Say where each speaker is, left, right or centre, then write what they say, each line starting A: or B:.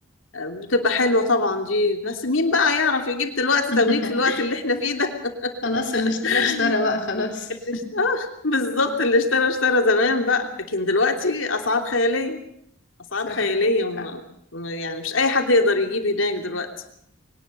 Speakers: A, on the left; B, on the left.
A: آه، بتبقى حلوة طبعا دي بس مين بقى يعرف يجيب دلوقتي
B: <laughs>
A: تمليك في الوقت اللي احنا فيه ده
B: خلاص اللي اشترى
A: <laughs>
B: اشترى بقى خلاص
A: اللي اشت- آه بالظبط اللي اشترى اشترى زمان بقى لكن دلوقتي أسعار خيالية أسعار
B: <laughs> صح
A: خيالية م- م- يعني مش أي حد يقدر يجيب هناك دلوقتي